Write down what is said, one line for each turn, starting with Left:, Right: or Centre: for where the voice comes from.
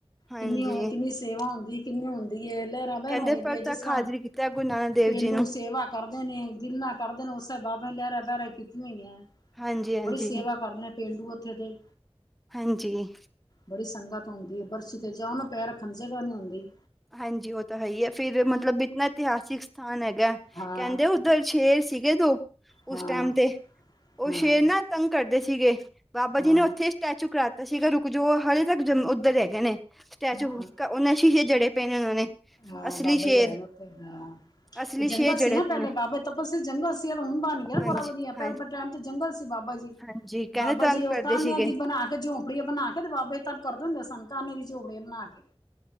Centre: ਹਾਂਜੀ
Left: ਕਿੰਨੀ ਹੋਵੇਂ ਕਿੰਨੀ ਸੇਵਾ ਹੁੰਦੀ ਏ, ਕਿੰਨੀ ਹੁੰਦੀ ਏ, ਲਹਿਰਾਂ-ਬੇਂਰਾਂ
Centre: ਕਹਿੰਦੇ
Left: ਹੋਈ
Centre: ਪ੍ਰਤੱਖ
Left: ਪਈਆਂ ਜਿਸ ਤਰ੍ਹਾਂ
Centre: ਹਾਜ਼ਰੀ ਕੀਤਾ ਗੁਰੂ ਨਾਨਕ ਦੇਵ
Left: ਪੇਂਡੂ
Centre: ਜੀ ਨੂੰ
Left: ਸੇਵਾ ਕਰਦੇ ਨੇ, ਗਿਲਾਂ ਕਰਦੇ ਨੇ, ਉਸੇ ਬਾਬੇ ਲਹਿਰਾਂ-ਬੈਰਾ ਕੀਤੀਆਂ ਹੋਈਆਂ।
Centre: ਹਾਂਜੀ ਹਾਂਜੀ
Left: ਬੜੀ ਸੇਵਾ ਕਰਦੇ ਪੇਂਡੂ ਉੱਥੇ ਦੇ।
Centre: ਹਾਂਜੀ।
Left: ਬੜੀ ਸੰਗਤ ਹੁੰਦੀ ਏ, ਬਰਸ਼ੀ ਤੇ‌ ਜਾਓ ਨਾ, ਪੈਰ ਰੱਖਣ ਨੁੰ ਜਗ੍ਹਾ ਨਹੀਂ ਹੋਂਦੀ।
Centre: ਹਾਂਜੀ, ਉਹ ਤੋ ਹੈਹੀ ਏ, ਫਿਰ‌ ਮਤਲਬ ਇਤਨਾ ਇਤਿਹਾਸੀਕ ਸਥਾਨ ਹੈਗਾ
Left: ਹਾਂ
Centre: ਕਹਿੰਦੇ ਉਧਰ ਸ਼ੇਰ ਸੀਗੇ ਦੋ, ਉਸ
Left: ਹਾਂ
Centre: ਟਾਈਮ ਤੇ। ਉਹ
Left: ਹਾਂ
Centre: ਸ਼ੇਰ ਨਾ ਤੰਗ ਕਰਦੇ ਸੀਗੇ ਬਾਬਾ ਜੀ
Left: ਹਾਂ
Centre: ਨੇ ਉੱਥੇ ਸਟੈਚੂ ਕਰਾਤਾ ਸੀਗਾ, ਰੁਕਜੋ। ਹਲੇੇ ਤੱਕ ਜਮ ਉੱਧਰ ਹੈਗੇ ਨੇ। ਸਟੈਚੂ,
Left: ਹਾਂ
Centre: ਉਹ ਨਾ ਸ਼ੀਸ਼ੇ ਜੜੇ ਪਏ ਨੇ, ਉਹਨਾਂ ਨੇ।
Left: ਹਾਂ,
Centre: ਅਸਲੀ
Left: ਬਾਬਾ
Centre: ਸ਼ੇਰ
Left: ਜੀ ਹੈਨ ਉੱਥੇ, ਹਾਂ।
Centre: ਅਸਲੀ
Left: ਉਹ
Centre: ਸ਼ੇਰ
Left: ਜੰਗਲ
Centre: ਜੜੇ
Left: ਸੀ ਨਾ
Centre: ਪਏ
Left: ਪਹਿਲੇ,
Centre: ਨੇ
Left: ਬਾਬੇ ਤਪਸਵੀ ਜੰਗਲ ਸੀ, ਰੂਮ ਬਣਗਿਆ ਨਾ
Centre: ਹਾਂਜੀ
Left: ਬੜਾ ਵਧੀਆ।
Centre: ਹਾਂ
Left: ਪਹਿਲੇ ਟਾਈਮ ਤੇ ਜੰਗਲ ਸੀ ਬਾਬਾ ਜੀ,
Centre: ਹਾਂਜੀ ਕਹਿੰਦੇ
Left: ਬਾਬਾ
Centre: ਤੰਗ
Left: ਜੀ ਉਹ
Centre: ਕਰਦੇ
Left: ਕ੍ਹਾਂਨਿਆਂ
Centre: ਸੀਗੇ
Left: ਦੀ ਬਣਾ ਝੋਪੜੀਆ ਬਣਾਕੇ ਤੇ ਬਾਬੇ ਤਪ ਕਰਦੇ ਹੁੰਦੇ ਸਨ। ਕ੍ਹਾੰਨੇ ਦੀਆ ਝੋਪੜੀਆ ਬਣਾਕੇ।